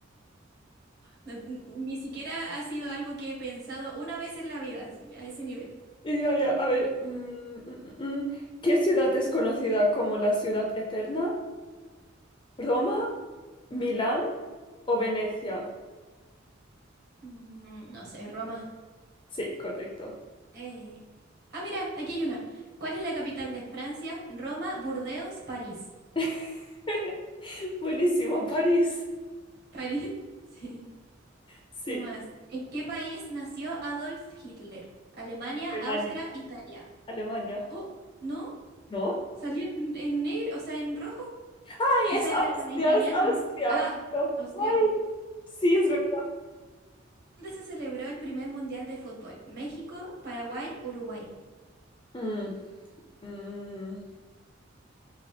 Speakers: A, on the right; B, on the left.
A: no- n- ni siquiera ha sido algo que he pensado una vez en la vida, así, a ese nivel.
B: Y ya ya, a ver, mm, mm, mm, mm, ¿qué ciudad es conocida como la ciudad eterna? ¿Roma, Milán o Venecia?
A: Mm, no sé, Roma.
B: Sí, correcto.
A: Eh. Ah, mira, aquí hay una. ¿Cuál es la capital de Francia? Roma, Burdeos, París.
B: <laughs> Buenísimo, París.
A: ¿París? <laughs> Sí.
B: Sí,
A: ¿Qué más? ¿En qué país nació Adolf Hitler? Alemania,
B: Alemania.
A: Austria, Italia.
B: Alemania.
A: Oh, no,
B: ¿No?
A: salió en, en negro, o sea, en rojo.
B: ¡Ay,
A: Quizá
B: es Austria,
A: era italiano,
B: es Austria!
A: ¿no? Ah,
B: claro.
A: austriaco.
B: ¡Ay! Sí, es verdad.
A: ¿Dónde se celebró el primer mundial de fútbol? México, Paraguay, Uruguay.
B: Mm, mm.